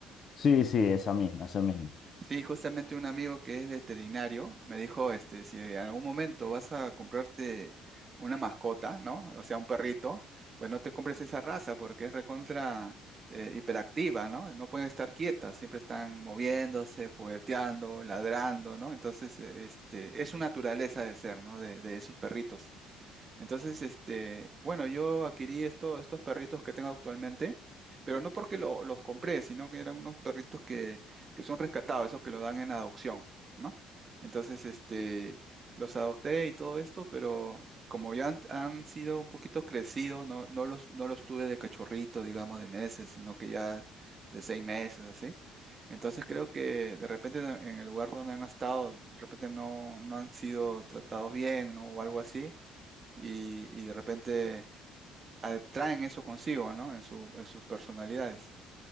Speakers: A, on the left (about 45°); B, on the right (about 35°).
A: Sí, sí, esa misma, esa misma.
B: Sí, justamente un amigo que es veterinario me dijo, este, si en algún momento vas a comprarte una mascota, ¿no? O sea, un perrito, pues no te compres esa raza porque es recontra eh, hiperactiva, ¿no? No pueden estar quietas, siempre están moviéndose, jugueteando, ladrando, ¿no? Entonces, eh, este, es su naturaleza de ser, ¿no? De, de esos perritos. Entonces, este, bueno, yo adquirí esto- estos perritos que tengo actualmente, pero no porque lo- los compré, sino que eran unos perritos que, que son rescatados, esos que lo dan en adopción, ¿no? Entonces, este, los adopté y todo esto, pero como ya han, han sido un poquito crecidos, no, no los, no los tuve de cachorrito, digamos, de meses, sino que ya de seis meses, así. Entonces creo que de repente en el lugar donde han estado, de repente no, no han sido tratados bien, ¿no? O algo así y, y de repente atraen eso consigo, ¿no? En su, en sus personalidades.